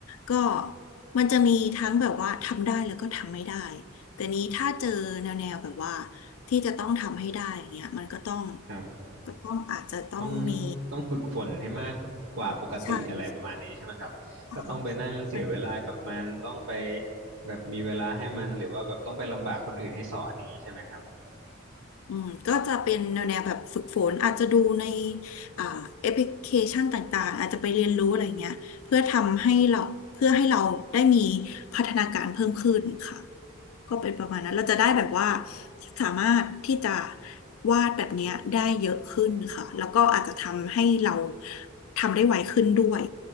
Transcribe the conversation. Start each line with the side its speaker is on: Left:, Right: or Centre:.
Left: ก็มันจะมีทั้งแบบว่าทำได้แล้วก็ทำไม่ได้แต่นี้ถ้าเจอแนวแนวแบบว่าที่จะต้องทำให้ได้อย่างเงี้ยมันก็ต้อง
Right: ครับ
Left: ก็ต้องอาจจะต้องมี
Right: ต้องต้องฝึกฝนให้มากกว่าปกติอะไรประมาณนี้ใช่ไหมครับก็ต้องไปนั่งเสียเวลากับมันต้องไป
Left: ช่างเข้ามา
Right: แบบมีเวลาให้มันหรือว่าแบบต้องไปลำบากคนอื่นให้สอนอย่างนี้ใช่ไหมครับ
Left: อืมก็จะเป็นแนวแนวแบบฝึกฝนอาจจะดูในอ่าแอปพลิเคชันต่างๆอาจจะไปเรียนรู้อะไรเงี้ยเพื่อทำให้เราเพื่อให้เราได้มีพัฒนาการเพิ่มขึ้นค่ะก็เป็นประมาณนั้นเราจะได้แบบว่าสามารถที่จะวาดแบบเนี้ยได้เยอะขึ้นค่ะแล้วก็อาจจะทำให้เราทำได้ไวขึ้นด้วย